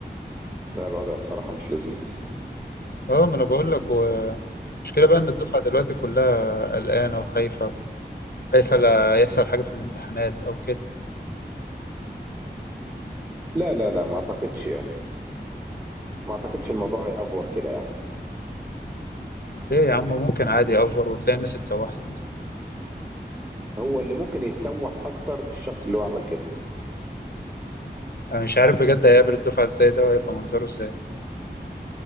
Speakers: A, on the right; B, on the left.
A: لا الوضع بصراحه مش لذيذ
B: اه ما انا بقول لك و- المشكله بقى ان الدفعه دلوقتي كلها قلقانه وخايفه خايفه لا يحصل حاجه في الامتحانات او كده
A: لا لا لا ما اعتقدش ما اعتقدش الموضوع هيأفور كده يعني
B: ليه يا عم ممكن عادي يأفور وتلاقي الناس اتسوحت
A: هو اللي ممكن يتسوح اكتر الشخص اللي هو عمل كده
B: انا مش عارف بجد هيقابل الدفعه ازاي ده وهيبقى منظره ازاي